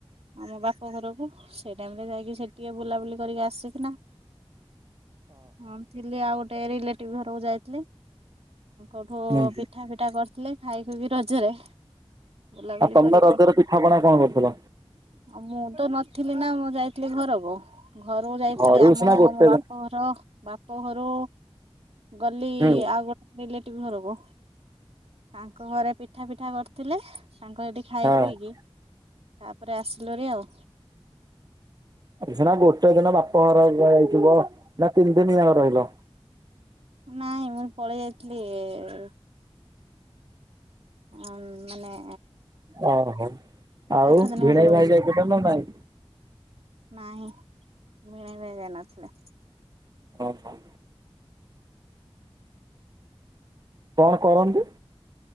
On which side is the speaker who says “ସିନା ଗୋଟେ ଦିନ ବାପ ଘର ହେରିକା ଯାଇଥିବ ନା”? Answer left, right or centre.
Right